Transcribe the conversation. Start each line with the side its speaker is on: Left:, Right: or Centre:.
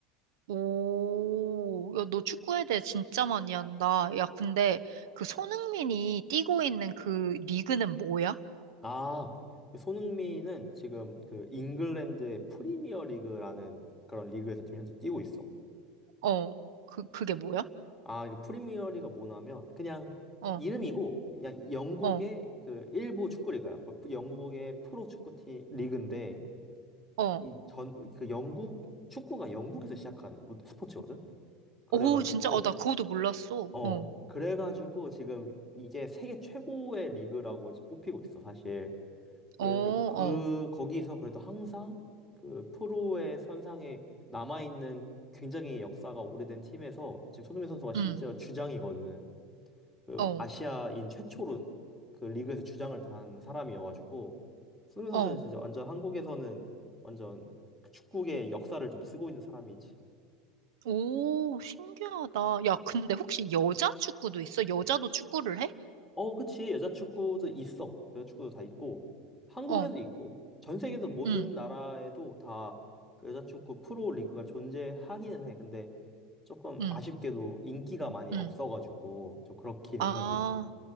Right: 오, 야, 너 축구에 대해 진짜 많이 한다. 야, 근데 그 손흥민이 뛰고 있는 그 리그는 뭐야?
Centre: 아, 그 손흥민은 지금 그 잉글랜드의 프리미어 리그라는 그런 리그에서 지금 현재 뛰고 있어.
Right: 어, 그, 그게 뭐야?
Centre: 아, 이 프리미어 리그가 뭐냐면 그냥
Right: 어,
Centre: 이름이고 그냥 영국의
Right: 어,
Centre: 그 일부 축구 리그야. 그 영국의 프로 축구팀 리그인데
Right: 어.
Centre: 이 전 그 영국 축구가 영국에서 시작한 우- 스포츠거든. 그래가지고
Right: 오, 진짜, 어, 나 그것도 몰랐어.
Centre: 어
Right: 어,
Centre: 그래가지고 지금 이게 세계 최고의 리그라고 뽑히고 있어 사실.
Right: 어,
Centre: 그런데
Right: 어,
Centre: 그 거기서 그래도 항상 그 프로의 선상에 남아 있는 굉장히 역사가 오래된 팀에서 지금 손흥민 선수가 심지어
Right: 응,
Centre: 주장이거든. 그
Right: 어,
Centre: 아시아인 최초로 그 리그에서 주장을 단 사람이어가지고 손흥민
Right: 어.
Centre: 선수는 진짜 완전 한국에서는 완전 그 축구의 역사를 좀 쓰고 있는 사람이지.
Right: 오, 신기하다. 야, 근데 혹시 여자 축구도 있어? 여자도 축구를 해?
Centre: 어, 그치. 여자 축구도 있어. 여자 축구도 다 있고, 한국에도
Right: 어,
Centre: 있고, 전 세계에서 모든
Right: 응,
Centre: 나라에도 다그 여자 축구 프로 리그가 존재하기는 해. 근데 조금
Right: 응,
Centre: 아쉽게도 인기가 많이
Right: 응.
Centre: 없어가지고, 좀 그렇기는
Right: 아,
Centre: 하지.